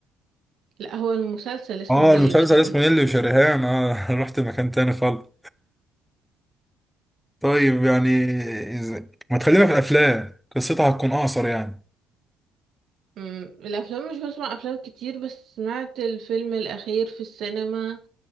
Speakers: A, on the right; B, in the centre.
A: لا هو المسلسل اسمه
B: اه
A: نيلي
B: المسلسل
A: وشريهان
B: اسمه نيللي وشريهان اه <laughs> رحت مكان تاني خالص طيب يعني إز- ما تخلينا في الافلام قصتها هتكون اقصر يعني
A: أمم، الافلام مش بسمع افلام كتير بس سمعت الفيلم الاخير في السينما